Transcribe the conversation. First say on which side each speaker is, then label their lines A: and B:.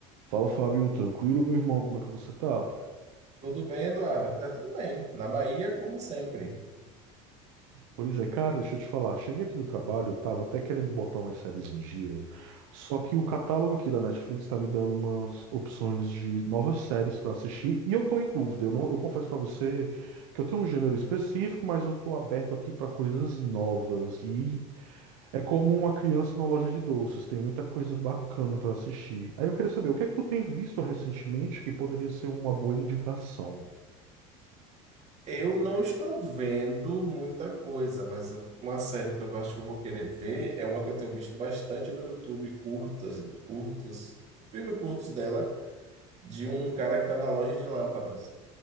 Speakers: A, on the right (about 80°); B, on the right (about 40°).
A: Fala, Fábio, tranquilo, meu irmão, como é que você tá?
B: Tudo bem, Eduardo? Aqui tá tudo bem. Na Bahia, como sempre.
A: Pois é, cara, deixa eu te falar. Cheguei aqui do trabalho, eu tava até querendo botar umas séries em dia, só que o catálogo aqui da Netflix tá me dando umas opções de novas séries pra assistir e eu tô em dúvida. Eu não, eu confesso pra você que eu tenho um gênero específico, mas eu tô aberto aqui pra coisas novas e é como uma criança na loja de doces, tem muita coisa bacana pra assistir. Aí eu queria saber, o que é que tu tem visto recentemente que poderia ser uma boa indicação?
B: Eu não estou vendo muita coisa, mas eu- uma série que eu acho que eu vou querer ver é uma que eu tenho visto bastante no YouTube, curtas, curtos, filme curtos dela, de um cara que está na loja de lâmpadas.